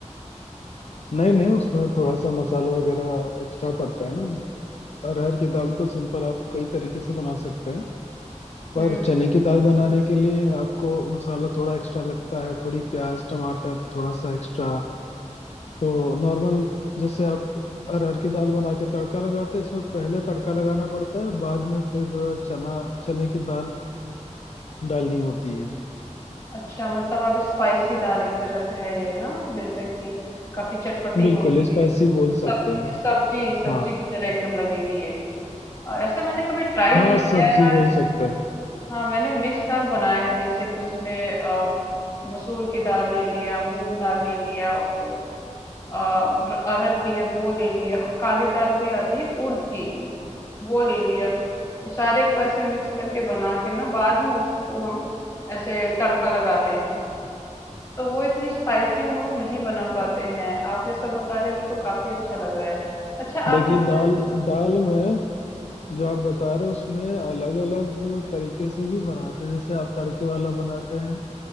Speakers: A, on the left; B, on the left.
A: नहीं नहीं उसमें थोड़ा सा मसाला वगैरह एक्स्ट्रा पड़ता है ना अरहर की दाल तो सिंपल आप कई तरीके से बना सकते हैं पर
B: हम्म
A: चने की दाल बनाने के लिए आपको मसाला थोड़ा एक्स्ट्रा लगता है थोड़ी प्याज टमाटर थोड़ा सा एक्स्ट्रा तो नॉर्मल जैसे आप अरहर की दाल बना के तड़का लगाते हैं इसमें पहले तड़का लगाना पड़ता है बाद में फिर चना चने की दाल डालनी होती है
B: अच्छा मतलब आप स्पाइसी दाल एक तरह से है ये ना जैसे कि काफी चटपटी
A: बिल्कुल
B: होगी
A: स्पाइसी बोल हम्म, सकते
B: सब्जी
A: हैं
B: सब्जी सब्जी
A: हाँ
B: की तरह एकदम लगेगी ये और ऐसे मैंने कभी ट्राई
A: हाँ
B: नहीं किया
A: सब्जी
B: है
A: बोल सकते हैं
B: हाँ मैंने मिक्स दाल बनाए हैं जैसे कि उसमें अ, मसूर की दाल ले लिया मूंग दाल ले लिया और जो अ, र- अरहर की है वो ले लिया और काली दाल भी आती है उड़द की वो ले लिया तो सारे को ऐसे मिक्स करके बना के ना बाद में उसको हम ऐसे तड़का लगाते हैं तो वो इतनी स्पाइसी हम लोग नहीं बना पाते हैं आप जैसा बता रहे हो वो तो काफी अच्छा लग रहा है अच्छा आप
A: देखिए
B: जैसे
A: दाल दाल में जो आप बता रहे हो उसमें अलग अलग तरीके से भी बनाते हैं जैसे आप तड़के वाला बनाते हैं